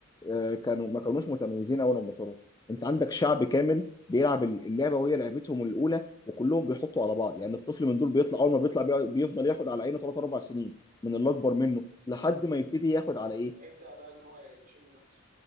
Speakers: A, on the left; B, on the right.
A: آه، كانوا ما كانوش متميزين اول لما طلعوا انت عندك شعب كامل بيلعب ال- اللعبه وهي لعبتهم الاولى وكلهم بيحطوا على بعض يعني الطفل من دول بيطلع اول ما بيطلع بي- بيفضل ياخد على عينه 3 4 سنين من اللي اكبر
B: م.
A: منه لحد ما يبتدي ياخد على ايه
B: ما يبدا بقى ان هو يشم نفسه